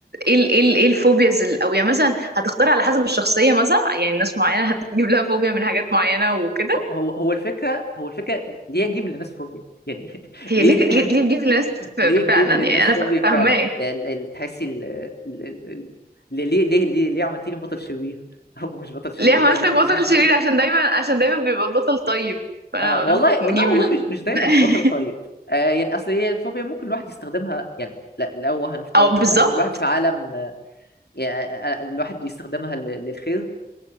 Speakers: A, on the right; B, on the left.
A: ال- ايه, ال- إيه الفوبياز ال- او يعني مثلا هتختار على حسب الشخصيه مثلا يعني ناس معينه هتجيب لها فوبيا من حاجات معينه وكده
B: هو هو هو الفكره هو الفكره ليه اجيب لناس فوبيا يعني <laughs>
A: هي
B: ليه
A: ليه
B: دي
A: ليه ليه تجيب لناس ف- فعلا
B: ليه تجيب للناس
A: يعني انا ف-
B: فوبيا
A: فاهماك
B: فعلا يعني ال- ال- تحسي ال- ال- ال- ال- ليه ليه ليه ليه, ليه عملتيني بطل شرير <laughs> او مش بطل شرير
A: ليه عملتك
B: ليه عملتيني
A: بطل شرير
B: <laughs>
A: عشان دايما عشان دايما بيبقى بطل طيب فانا
B: اه
A: قلت
B: والله
A: نجيب
B: والله والله
A: ال...
B: مش مش دايما
A: <laughs>
B: البطل طيب آه يعني اصل هي الفوبيا ممكن الواحد يستخدمها يعني لا لو هنفترض
A: او بالظبط
B: ان إن الواحد في عالم يعني، آه، يعني آه، الواحد بيستخدمها ل- للخير